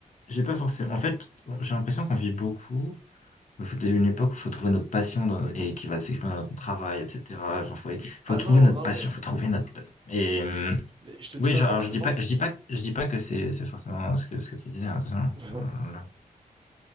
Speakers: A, on the left (about 55°); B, on the right (about 35°).
A: j'ai pas forcément. En fait, j'ai l'impression qu'on vit beaucoup. Il faut il y a une époque où il faut trouver notre passion dans- et qui va s'exprimer dans notre travail, etc. Genre, faut, faut
B: Ah
A: trouver
B: non
A: notre
B: non
A: passion,
B: mais
A: faut trouver notre passion. Et euh,
B: mais je te dis
A: oui,
B: pas
A: genre,
B: forcément.
A: alors je dis pas, je dis pas, je dis pas que c'est c'est forcément ce que ce que tu disais. hein, Attention.
B: <laughs>
A: Euh,